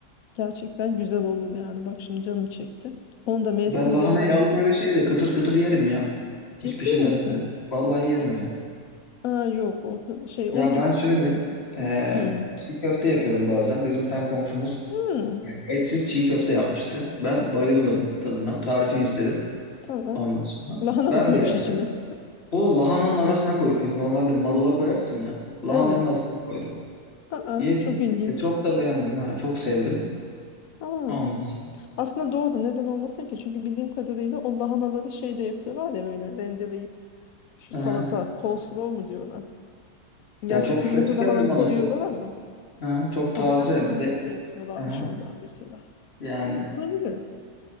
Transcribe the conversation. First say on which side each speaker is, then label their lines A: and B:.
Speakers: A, on the left; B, on the left.
A: Gerçekten güzel olur yani bak şimdi canım çekti. Onun da mevsimi
B: Ben lahanayı
A: de biraz
B: alıp öyle şeyde kıtır kıtır yerim ya.
A: ciddi
B: Hiç pişirmeden
A: misin?
B: de. Vallahi yerim yani.
A: Aa yok o şey onu
B: Ya
A: bir
B: ben
A: de
B: şöyle eee,
A: Hı.
B: çiğ köfte yapıyorum bazen. Bizim bir tane komşumuz
A: Hı.
B: e, etsiz çiğ köfte yapmıştı. Ben bayıldım tadına. Tarifini istedim
A: Tamam.
B: ondan sonra.
A: Lahana
B: Ben
A: mı koymuş
B: de yaptım.
A: içine?
B: O lahananın arasına koyup e, normalde marula koyarsın ya. Lahananın
A: Evet.
B: arasına koydu.
A: Aa,
B: Yedim.
A: çok ilginç.
B: E, çok da beğendim ha. Çok sevdim.
A: Aa,
B: Ondan sonra-
A: aslında doğru. Neden olmasın ki? Çünkü bildiğim kadarıyla o lahanaları şey de yapıyorlar ya böyle rendeleyip şu
B: hı.
A: salata,
B: hı.
A: coleslaw mu diyorlar. Gerçi
B: Ya çok
A: kırmızı
B: fresh
A: lahana
B: geldi bana
A: koyuyorlar
B: çok.
A: ama
B: hı hı. çok
A: o
B: taze.
A: beyaz lahanayı
B: Bir de
A: da yapıyorlarmış
B: hı hı.
A: ondan mesela.
B: yani
A: Olabilir.